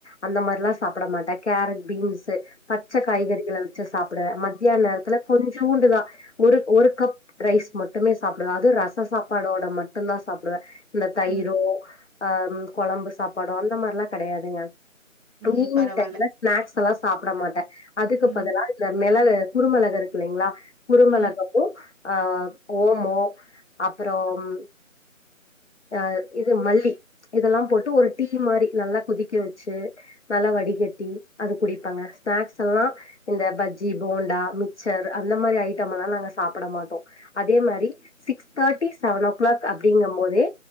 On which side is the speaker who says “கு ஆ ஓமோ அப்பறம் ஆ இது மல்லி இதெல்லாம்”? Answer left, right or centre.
Left